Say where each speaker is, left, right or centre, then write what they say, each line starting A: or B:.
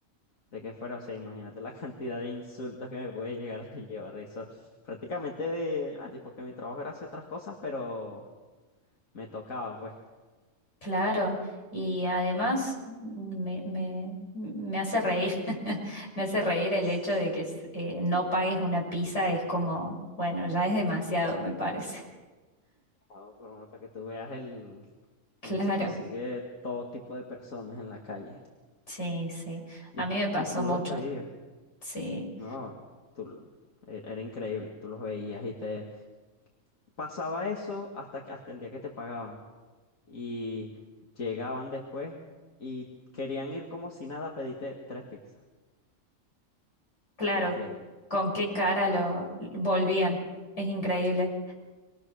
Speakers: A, on the left; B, on the left.
A: de que fuera. O sea, imagínate la <laughs> cantidad de insultos que me puede llegar a llevar eso. Prácticamente de, de gratis, porque mi trabajo era hacer otras cosas, pero me tocaba, pues.
B: Claro, y además me, me- me hace reír, <laughs> me hace reír el
A: Sí.
B: hecho de que eh, no pagues una pizza, es como, bueno, ya es demasiado, me parece.
A: Ah, por lo menos para que tú veas el,
B: Claro,
A: uno se consigue todo tipo de personas en la calle.
B: sí, sí,
A: Y,
B: a mí me pasó
A: y tú
B: mucho,
A: los veías.
B: sí,
A: No, tú, era, era increíble, tú los veías y te pasaba eso hasta, que- hasta el día que te pagaban y llegaban después y querían ir como si nada, pediste tres pizzas,
B: claro,
A: era increíble,
B: con qué cara lo volvían, es increíble.